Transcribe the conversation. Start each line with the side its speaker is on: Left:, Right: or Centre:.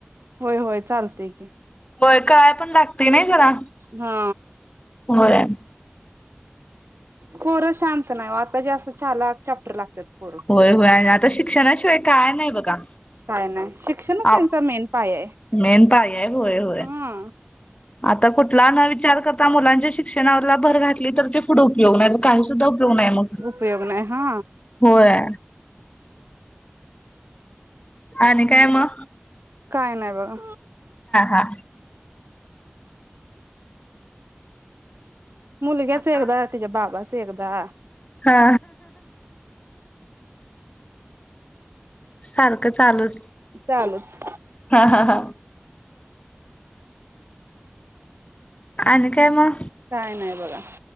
Right: होय होय चालतय की,
Left: होय काय पण ला ते नाही जरा
Right: हा
Left: होय.
Right: पोर शांत नाय ओ आता जास्त चालाख चॅप्टर लागतात. पोरं
Left: होय होय आणि आता शिक्षणाशिवाय काय नाय बघा
Right: काय नाही शिक्षणच त्यांचा
Left: आ
Right: मेन पाया आहे
Left: मेन पाया आहे होय होय.
Right: हा
Left: आता कुठला न विचार करता मुलांच्या शिक्षणावर ला भर घातली तर ते पुुढे उपयोग नाही तर काही सुद्धा उपयोग नाय मग
Right: उपयोग नाही हा
Left: होय. आणि काय म
Right: काय नाही बघा
Left: हा.
Right: मुलग्याच
Left: आता
Right: एकदा त्याच्या बाबास च एकदा
Left: हा सारखं चालूच
Right: चालूच
Left: ह ह ह आणि काय म
Right: काय नाही बघा